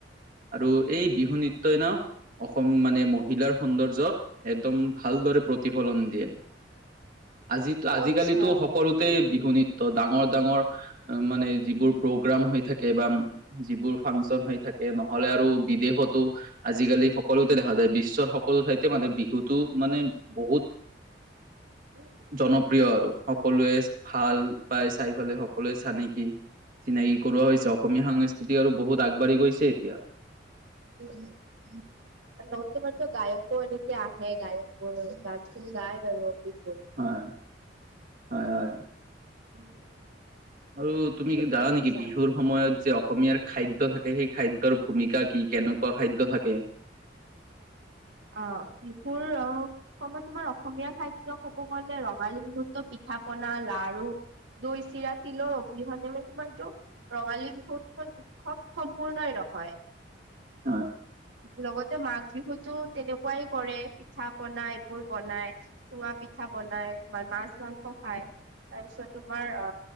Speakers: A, on the right; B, on the right.
A: আৰু এই বিহু নৃত্য ন' মানে মহিলাৰ সৌন্দৰ্যক একদম ভালদৰে প্ৰতিফলন দিয়ে। আজি আজিকালিতো
B: অ আচ্ছা
A: সকলোতে বিহু নৃত্য ডাঙৰ ডাঙৰ মানে যিবোৰ প্ৰগ্ৰাম হৈ থাকে বা যিবোৰ ফাংচন হৈ থাকে নহলে আৰু বিদেশতো আজিকালি সকলোতে দেখা যায় বিশ্বৰ সকলো ঠাইতে মানে বিহুটো মানে বহুত
B: উম উম
A: জনপ্ৰিয় আৰু সকলোৱে ভাল পাই। চাই ফালে সকলোৱে চানেকি চিনাকি কৰোৱা হৈছে
B: অ
A: অসমীয়া সং সিতি বহুতগবাঢ়ি গৈছে এতিয়া
B: <inaudible> <unintelligible> গায়কো এনেকে আহে গায়কবোৰ গান চান গাই বাৰু পিছে।
A: হয়, হয়, হয়,
B: উম,
A: আৰু তুমি
B: ঠিকে
A: জানা
B: কৈছা
A: নেকি বিহুৰ সময়ত যে অসমীয়াৰ খাদ্য থাকে সেই খাদ্যৰ ভূমিকা কি কেনেকুৱা খাদ্য থাকে?
B: অ', শিহুৰ অ, কই তোমাৰ অসমীয়া খাদ্য ক'ব গলে ৰঙালী বিহুটো পিঠা পনা লাড়ো দৈ চিৰা তিলৰ অবিহনে মানে তোমাৰটো ৰঙালী বিহুত খন উৎসৱ সম্পূৰ্ণঃ নহয়।
A: হয়,
B: লগতে মাঘ বিহুতো তেনেকুৱাই কৰে পিঠা পনাই এইবোৰ বনাই চুঙা পিঠা বনাই, মাছ মাংস খায় তাৰপিছত তোমাৰ আ